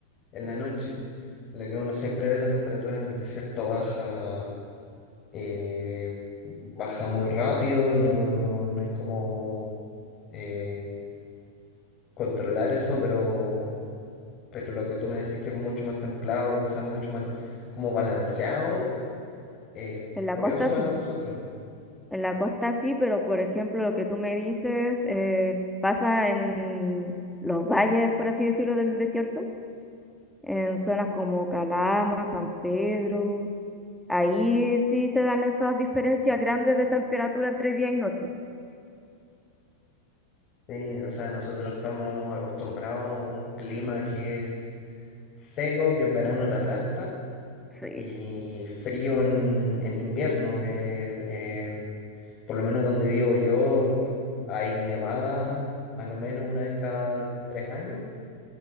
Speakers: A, on the left (about 35°); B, in the centre.
A: en la noche. Lo que uno siempre ve, la temperatura en el desierto baja, eh, baja muy rápido, no, no hay como eh, controlar eso, pero, pero lo que tú me decís que es mucho más templado, que o sea, mucho más como balanceado, es
B: en la
A: curioso
B: costa
A: para
B: sí.
A: nosotros.
B: En la costa sí, pero por ejemplo, lo que tú me dices eh, pasa en los valles, por así decirlo, del desierto, en zonas como Calama, San Pedro. Ahí sí se dan esas diferencias grandes de temperatura entre día y noche.
A: Sí, o sea, nosotros estamos acostumbrados a un clima que es seco, que en verano te aplasta,
B: Sí,
A: y frío en, en invierno, que eh, por lo menos donde vivo yo hay nevada a lo menos una vez cada tres años,